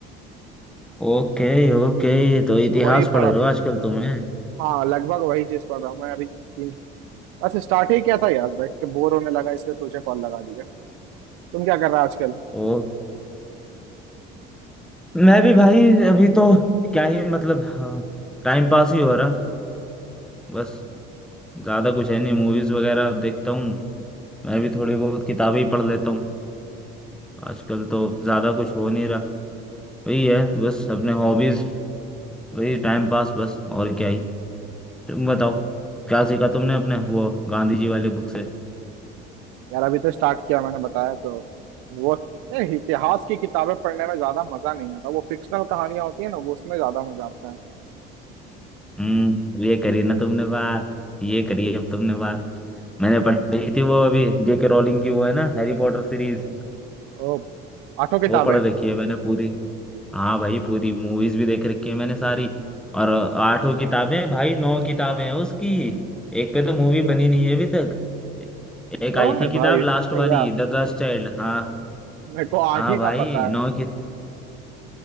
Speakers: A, in the centre; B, on the right.
A: ओके ओके तो इतिहास
B: तो वही
A: पढ़
B: पढ़ा
A: रहे हो आजकल तुम्हें
B: हाँ लगभग वही चीज पढ़ रहा हूँ मैं अभी तीन बस स्टार्ट ही किया था यार बैठ के बोर होने लगा इसलिए तुझे कॉल लगा दिया तुम क्या कर रहे हो आजकल
A: ओके मैं भी भाई अभी तो क्या ही मतलब टाइम पास ही हो रहा बस ज्यादा कुछ है नहीं मूवीज वगैरह देखता हूँ मैं भी थोड़ी बहुत किताबें ही पढ़ लेता हूँ आजकल तो ज्यादा कुछ हो नहीं रहा वही है तो बस अपने हॉबीज वही टाइम पास बस और क्या ही तो तुम बताओ क्या सीखा तुमने अपने वो गांधी जी वाले बुक से
B: यार अभी तो स्टार्ट किया मैंने बताया तो वो ए, इतिहास की किताबें पढ़ने में ज्यादा मजा नहीं आता वो फिक्शनल कहानियां होती है ना वो उसमें ज्यादा मजा आता है
A: हम्म ये करी ना तुमने बात ये करी अब तुमने बात मैंने पढ़ी थी वो अभी जेके रोलिंग की वो है ना हैरी पॉटर सीरीज
B: ओ आठों किताबें
A: वो पढ़ रखी है मैंने पूरी हाँ भाई पूरी मूवीज भी देख रखी है मैंने सारी और आठों किताबें भाई नौ किताबें हैं उसकी एक पे तो मूवी
B: न-
A: बनी नहीं है अभी तक एक
B: नो
A: आई थी
B: है
A: किताब
B: भाई नहीं
A: लास्ट वाली
B: यार
A: द गर्ल्स चाइल्ड हाँ
B: मेरे को आठ
A: हाँ
B: ही का
A: भाई
B: पता है
A: नौ कि,